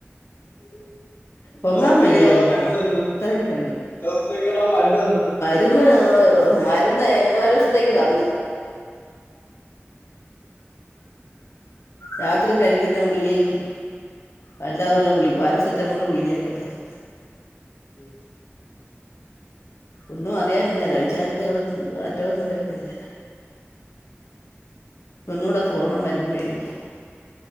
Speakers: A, on the left; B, on the left.
A: <unintelligible> എത്ര
B: പൊങ്ങാൻ
A: ദിവസത്തെക്കുള്ള
B: വയ്യായിരുന്നങ്ങ്
A: മരുന്ന് തന്ന്?
B: അത്രയ്ക്കും
A: എത്ര ദിവസത്തെക്കുള്ള മരുന്ന് തന്ന്?
B: രുന്ന് മരുന്ന് മൂന്നാല് ദിവസത്തേക്ക് തന്ന്. രാത്രി കഴിക്കുന്ന ഗുളിയെയും വല്ലാതെയുള്ള ഗുളി പാരസെറ്റമോള് ഗുളിയെയും ഒക്കെ തന്ന്.
A: <unintelligible>
B: ഒന്നും അറിയാനില്ല. കഴിച്ചാർക്ക് ഒന്നും ആറ്റ ഒന്നും വരുന്നില്ല. ഒന്നൂടെ പോണം മരുന്ന് മേടിക്കാൻ.